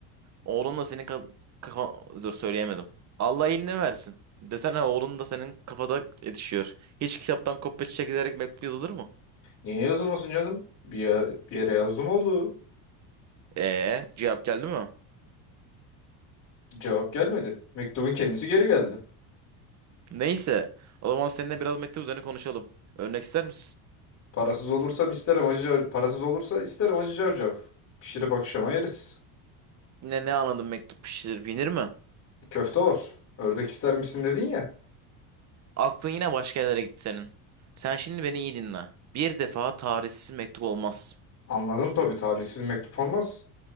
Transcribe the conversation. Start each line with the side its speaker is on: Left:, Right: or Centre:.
Right: Oğlun da senin ka- kafa... Dur söyleyemedim. Allah iyiliğini versin. Desene oğlun da senin kafada yetişiyor. Hiç kitaptan kopya çekilerek mektup yazılır mı?
Left: Niye yazılmasın canım? Bir, ya- bir yere yazdım oldu.
Right: Ee, cevap geldi mi?
Left: Cevap gelmedi. Mektubun kendisi geri geldi.
Right: Neyse. O zaman seninle biraz mektup üzerine konuşalım. Örnek ister misin?
Left: Parasız olursam isterim acı cav- Parasız olursa isterim acı cavcav. Pişirip akşama yeriz.
Right: Yine ne anladın mektup pişirir binir mi?
Left: Köfte olur. Ördek ister misin dedin ya.
Right: Aklın yine başka yerlere gitti senin. Sen şimdi beni iyi dinle. Bir defa tarihsiz mektup olmaz.
Left: Anladım tabii talihsiz mektup olmaz.